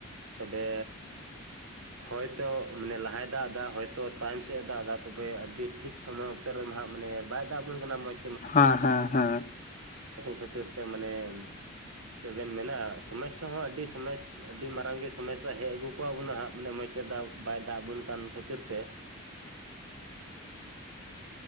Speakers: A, on the right (about 70°); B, on the left (about 35°).
A: ᱛᱚᱵᱮ ᱦᱚᱭᱛᱳ ᱢᱟᱱᱮ ᱞᱟᱦᱟᱭ ᱫᱟᱜ ᱮᱫᱟ ᱦᱚᱭᱛᱳ ᱛᱟᱭᱚᱢ ᱥᱮᱫ ᱮ ᱫᱟᱜ ᱮᱫᱟ ᱛᱚᱵᱮ ᱟᱹᱰᱤ ᱴᱷᱤᱠ ᱥᱚᱢᱚᱭ ᱚᱠᱛᱮ ᱨᱮ ᱦᱟᱸᱜ ᱢᱟᱱᱮ ᱵᱟᱭ ᱫᱟᱜ ᱵᱚᱱ ᱠᱟᱱᱟ ᱢᱚᱡᱽ
B: ᱦᱮᱸ ᱦᱮᱸ ᱦᱮᱸ
A: ᱠᱷᱟᱛᱤᱨ ᱛᱮ ᱢᱟᱱᱮ ᱪᱮᱫ ᱵᱮᱱ ᱢᱮᱱᱟ ᱥᱚᱢᱚᱥᱟ ᱦᱚᱸ ᱟᱹᱰᱤ ᱥᱚᱢᱥᱟ ᱟᱹᱰᱤ ᱢᱟᱨᱟᱝ ᱜᱮ ᱥᱚᱢᱚᱥᱥᱟ ᱦᱮᱡ ᱟᱹᱜᱩ ᱟᱠᱟᱜ ᱵᱚᱱᱟ ᱦᱟᱸᱜ᱾ ᱢᱟᱱᱮ ᱢᱚᱡᱽ ᱛᱮᱫᱟᱜ ᱵᱟᱭ ᱫᱟᱜ ᱵᱚᱱ ᱠᱚᱱ ᱠᱷᱟᱹᱛᱤᱨ ᱛᱮ
B: <inaudible>